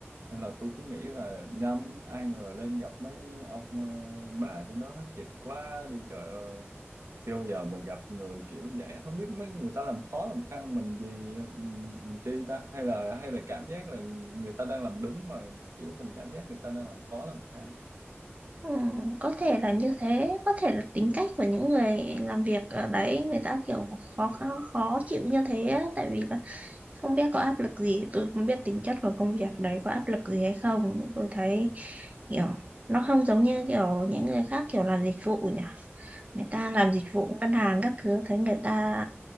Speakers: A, on the right; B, on the right.
A: nên là tôi cứ nghĩ là nhầm ai ngờ lên gặp mấy ông ờ, bà trên đó hết dịch quá đi trời ơi chưa bao giờ mình gặp người kiểu vậy không biết mấy người ta làm khó làm khăn mình gì ừm, chi ta hay là hay là cảm giác là người ta đang làm đúng mà kiểu mình cảm giác người ta đang làm khó làm khăn
B: Ừ, có thể là như thế có thể là tính cách của những người làm việc ở đấy người ta kiểu khó khó, khó chịu như thế á, tại vì là không biết có áp lực gì tôi không biết tính chất của công việc đấy có áp lực gì hay không nhưng tôi thấy kiểu nó không giống như kiểu những người khác kiểu làm dịch vụ nhỉ người ta làm dịch vụ ngân hàng các thứ thấy người ta